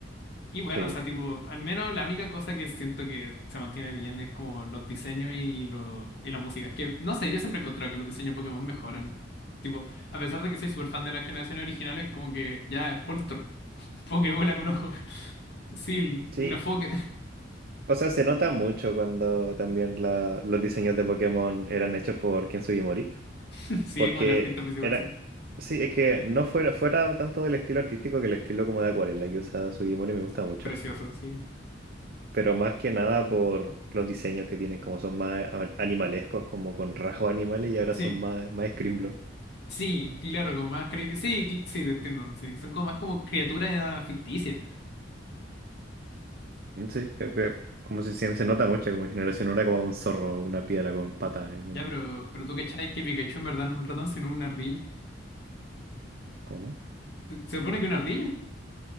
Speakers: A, on the left; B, on the right.
A: Y bueno,
B: Sí.
A: o sea, tipo, al menos la única cosa que siento que se mantiene bien es como los diseños y, lo, y la música. Que no sé, yo siempre he encontrado que los diseños de Pokémon mejoran. Tipo, a pesar de que soy súper fan de la generación original, es como que ya, Poltor, Pokébola con ojos. <laughs> Sí,
B: Sí.
A: una foca.
B: O sea, se nota mucho cuando también la- los diseños de Pokémon eran hechos por Ken Sugimori.
A: <laughs> Sí,
B: Porque
A: es como el artista principal,
B: era.
A: sí.
B: Sí, es que no fuera, fuera tanto del estilo artístico que el estilo como de acuarela que usa Sugimori me gusta mucho.
A: Precioso, sí.
B: Pero más que nada por los diseños que tienen, como son más a- animalescos, como con rasgos animales y ahora
A: Sí.
B: son más, más Scrimblow.
A: Sí, claro, como más... cre- Sí, cl- sí, te entiendo. sí. Son como más como criaturas ficticias.
B: Sí, creo que como si se, se nota mucho, como en generación ahora como un zorro, una piedra con pata, es un.
A: Ya, pero, pero tú cachai que Pikachu en verdad no es un ratón, sino una ardilla.
B: ¿Cómo?
A: ¿Se se supone que una ardilla?